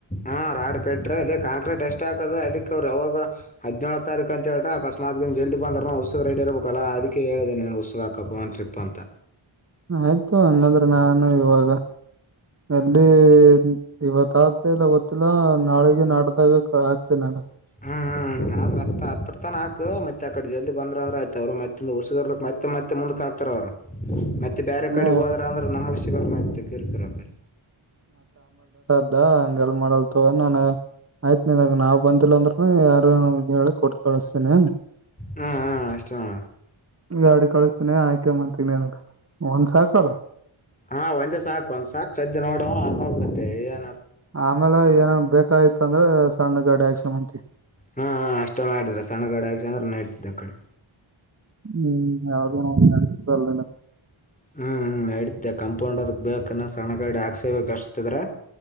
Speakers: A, on the left (about 15°); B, on the right (about 30°).
A: ಹಾ ರಾಡ್ ಕಟ್ರೆ ಅ ಕಾಂಕ್ರೀಟ್ ಎಷ್ಟ ಅದಕ್ಕೆ ಅವರು ಅವಾಗ ಹದಿನೇಳ ತಾರೀು ಅಂತ ಹೇಳ್ರ ಅಕಸ್ಮಾತ್ ಜಲ್ ಬಂದ್ರಸ ರಡ್ಡಿರ್ಬೇಕ ಅಲ್ಲ ಅದಕ್ಕೆ ಹೇಳಿದೆ ಉಸ ಹಾಕಪ್ಪ ಒನ್ ಟ್ರಿಪ್ ಅಂತ
B: ಆಯ್ತು ಹಂಗಂದ್ರೆ ನಾನು ಇವಾಗ ಅಲ್ಲಿ ಇವತ್ ಆಗ್ತ ಇಲ್ಲ ಗೊತ್ತಿಲ್ಲ ನಾಳೆಗೆ ನಾಟ್ದಾಗ ಆಗ್ತೇನೆ ಅಲ್ಲ
A: ಹ್ಮ್ತ್ ಹತ್ರತನ ಹಾಕ ಮತ್ತೆ ಆಕಡೆ ಜಲ್ ಬಂದ್ರ ಅಂದ್ರ ಆಯ್ತ ಅವರು ಮತ್ತ ಹಸಗರ್ಕ್ ಮತ್ತ ಮತ್ತೆ ಮತ್ತೆ ಮುಂದಕ್ ಹಕ್ತಾರ ಅವ್ರು ಮ ಬೇರೆ
B: ಹ್ಮ
A: ಕಡೆ ಹೋದ್ರ ಅಂದ್ರೆ ನಮ್ಮ ವಿಷಯ ಮಿರ್ಕಿರ ಕಡೆ
B: ಅ ಹಂಗೆಲ್ ಮಾಡಲ್ ತಗ ನಾನನ್ ಆಯ್ತ್ ನಿನ್ಗ ನಾವ್ ಬಂದಂತಿಲ್ಲ ಅಂದ್ರ ಹ ಯಾರು ಕೊಡ್ತಳಸತೀನೆ
A: ಹ್ಮ್ ಹ್ಮ್ ಅಷ್ಟೇ ನೋಡ
B: ಗಾಡಿ ಕಳಿಸಸ್ತನನೆ ಆಯ್ಕಂಬಂತೀನಿ ನನ ಒಂದ್ ಸಾಕಲ್ಲ
A: ಹಾ ಒಂದೇ ಸಾಕ್ ಒಂದ್ ಸಾಕಕ್ ಸದ್ದ ನೋಡು ಆಮಾಗ ಮತ್ತೆ ಏನ್
B: ಆಮೇಲೆ ಏನನ್ ಬೇಕಾಯ್ತ ಅಂದ್ರೆ ಸಣ್ಣ ಗಾಡಿ ಆಕ್ಸು ಮಂತಿ
A: ಹಾ ಹ ಅಷ್ಟೇ ಮಾಡಿದ್ರ ಸಣ್ಣಗಡ ಹಕಸ ಅಂದ್ರ ನೆಡ್ತಿದ್ದ್ ಆ ಕಡೆ
B: ಹ್ಮ್ ಯಾವ್ದ ನತಲ್ಲ
A: ಹ್ಮ್ ಹ್ಮ ಇಡತಿದ್ದೆ ಕಂಪೌಂಡ್ ಅದ ಬೇಕ ಸಣ್ಣ ಗಡಿ ಹಾಕ್ಸೇಬೇಕ ಅಷ್ಟತದ್ರ